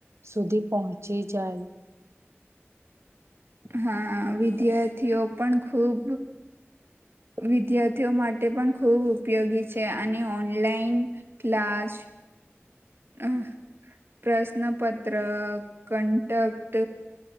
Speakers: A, on the right; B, on the right.
A: સુધી પહોંચી જાય.
B: હા વિદ્યાર્થીઓ પણ ખુબ વિદ્યાર્થીઓ માટે પણ ખૂબ ઉપયોગી છે અને ઓનલાઈન ક્લાસ ક્લાસ. અ પ્રશ્નપત્ર કન્ટક્ટ